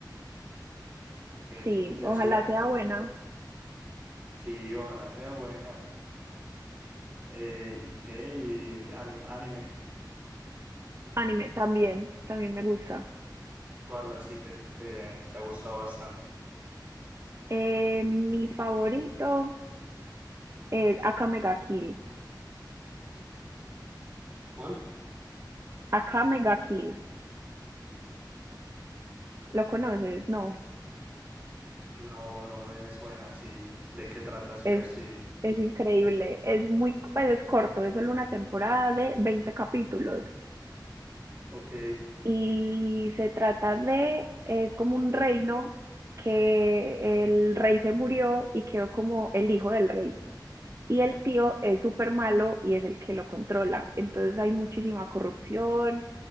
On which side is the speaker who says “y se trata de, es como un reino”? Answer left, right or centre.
Right